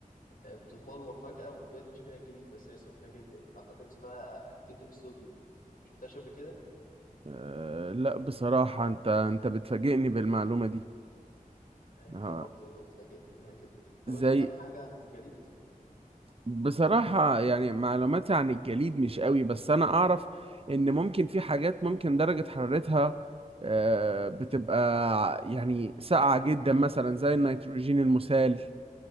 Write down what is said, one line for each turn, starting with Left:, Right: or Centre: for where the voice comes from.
Left: آه، بتتبلور فجأة وبتبان شبه الجليد بس هي سخنة جدا يعني أعتقد اسمها أكتيتوف صوديوم شفتهاش قبل كده؟
Right: أه لا بصراحة انت انت بتفاجئني بالمعلومة دي
Left: أيوة
Right: ها،
Left: أنا برضه اتفاجأت بيها جدا طب
Right: زي
Left: أنت تعرف حاجة عن الجليد؟
Right: بصراحة يعني معلوماتي عن الجليد مش قوي بس انا اعرف ان ممكن في حاجات ممكن درجة حرارتها أه بتبقى ع- يعني ساقعة جدا مثلا زي النيتروجين المسال